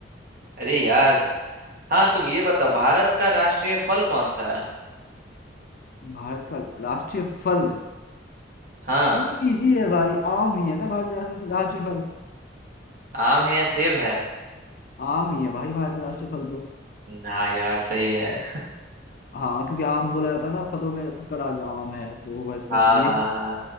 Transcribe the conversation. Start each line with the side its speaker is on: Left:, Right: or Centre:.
Right: अरे यार हाँ तुम ये बताओ भारत का राष्ट्रीय फल कौन सा है
Left: भारत का राष्ट्रीय फल
Right: हाँ
Left: भाई तो इजी है भाई आम ही है ना भारत का राष्ट्र- राष्ट्रीय फल
Right: आम है या सेब है
Left: आम ही है भाई भारत का राष्ट्रीय फल तो
Right: ना यार सही है
Left: हाँ क्योंकि आम बोला जाता है ना फलों में सबका राजा आम है तो बस इसलिए
Right: हाँ हाँ हाँ